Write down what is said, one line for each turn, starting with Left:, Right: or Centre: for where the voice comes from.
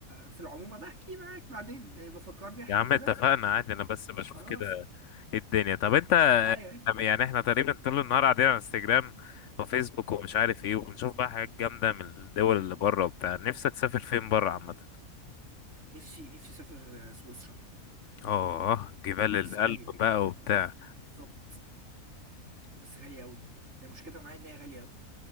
Right: في العموم بحكي معاك بعدين يبقى فكرني أحكيه
Left: يا عم اتفقنا
Right: لك
Left: عادي انا بس بشوف
Right: خلاص
Left: كده ايه الدنيا طب انت
Right: أيوه
Left: يعني احنا تقريبا طول النهار قاعدين على انستجرام وفيسبوك ومش عارف ايه وبنشوف بقى حاجات جامدة من الدول اللي بره وبتاع نفسك تسافر فين بره عامة
Right: نفسي نفسي أسافر سويسرا
Left: اه جبال الألب
Right: بس غالية
Left: بقى وبتاع
Right: بالظبط بس غالية أوي هي مشكلتها معايا إن هي غالية أوي